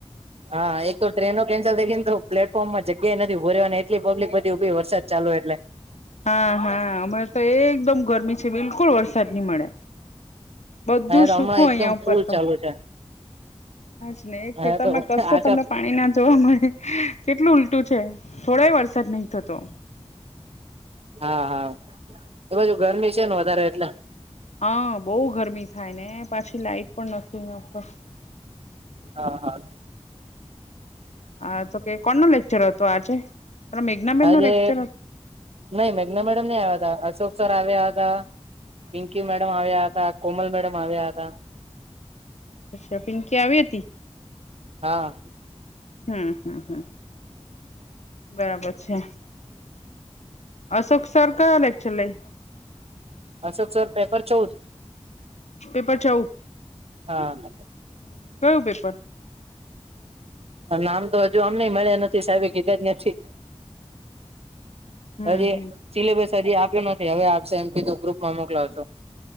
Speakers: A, on the right; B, on the left.
A: હા એક તો ટ્રેનો કેન્સલ થઈ ને તો પ્લેટફોર્મમાં જગ્યા એ નથી ઉભો રહ્યા ની એ એટલી પબ્લિક બધી ઉભી વરસાદ ચાલુ એટલે
B: હા હા અમારે તો એકદમ ગરમી છે, બિલકુલ વરસાદ નહી મળે બધું
A: અહીંયા
B: સુખું
A: તો હમણાં એકદમ
B: અહિયાં ઉપર
A: ફૂલ
B: તો
A: ચાલુ છે
B: હાજ ને એ
A: અહીંયા
B: ખે તરમાં
A: તો
B: કશે
A: આખા
B: તમને પાણી ના જોવા મળે કેટલું ઉલટું છે, થોડો વરસાદ નહી થતો.
A: હા હા એ બાજુ ગરમી છેને, વધારે એટલે
B: હા બહુ ગરમી થાય ને પાછી લાઈટ પણ નથી ને ઉપર
A: હા હા
B: હા તો કે કોણ ન લેક્ચર હતો આજે મેઘનાબેન
A: આજે
B: નો લેક્ચર હતો
A: નહી મેઘ્ના મેડમ નહી આવ્યા ત અશોક સર આવ્યા હતા. પિંકી મેડમ આવ્યા હતા, કોમલ મેડમ આવ્યા હતા.
B: અચ્છા પિંકી આવી હતી
A: હા
B: હમ હમ હમ બરાબર છે. અશોક સર કયો લેક્ચર લઈ
A: અશોક સર પેપર ચૌદ
B: પેપર ચૌઉ
A: હા
B: હ કયું પેપર
A: નામ તો હજુ અમને મળ્યા નથી સાહેબે કીધા ન્યઠી
B: હમ
A: હજી
B: હમ
A: સિલેબસ હજી આપ્યો નથી હવે આપશે એમ કીધું ગ્રુપમાં મોકલાવશો.